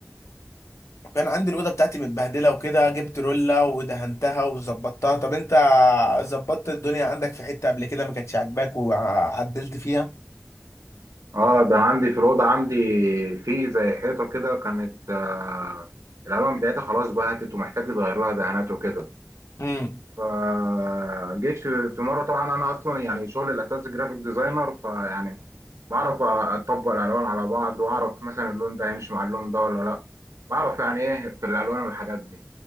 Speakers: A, on the left; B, on the right.
A: كان عندي الاوضه بتاعتي متبهدله وكده جبت روله ودهنتها وظبطتها طب انت ظبطت الدنيا عندك في حته قبل كده ما كانتش عاجباك وعدلت فيها
B: اه ده عندي في الأوضة عندي في زي حيطة كده كانت آه الألوان بتاعتها خلاص بهتت ومحتاج يتغير لها دهانات وكده
A: امم
B: فجيت في في مرة طبعا أنا أصلا يعني شغلي الأساسي جرافيك ديزاينر فيعني بعرف أطبق الألوان على بعض وأعرف مثلا اللون ده هيمشي مع اللون ده ولا لأ بعرف يعني إيه في الألوان والحاجات دي